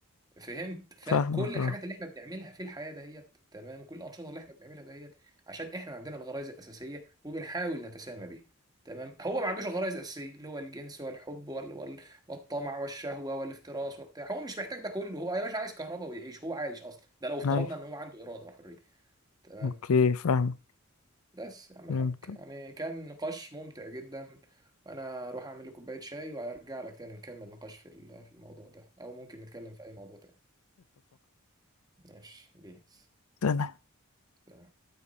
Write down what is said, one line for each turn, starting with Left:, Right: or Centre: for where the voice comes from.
Right: فهمت فكل
Left: فاهمك
Right: الحاجات
Left: اه
Right: اللي احنا بنعملها في الحياة دهيت تمام كل الأنشطة اللي احنا بنعملها دهيت عشان احنا عندنا الغرائز الأساسية وبنحاول نتسامى بيها تمام هو ما عندوش الغرائز الأساسية اللي هو الجنس والحب وال... وال... والطمع والشهوة والافتراس وبتاع هو مش محتاج ده كله هو يا باشا عايز كهرباء ويعيش هو عايش أصلا ده لو افترضنا
Left: ايوه
Right: إن هو عنده إرادة وحرية تمام
Left: اوكي فاهمك
Right: بس يا عم
Left: فهمت
Right: الحاج يعني كان نقاش ممتع جدا وانا اروح اعمل لي كوبايه شاي وارجع لك تاني نكمل نقاش في ال- في الموضوع ده او ممكن نتكلم في اي موضوع تاني ماشي بيس
Left: اتفقنا
Right: سلام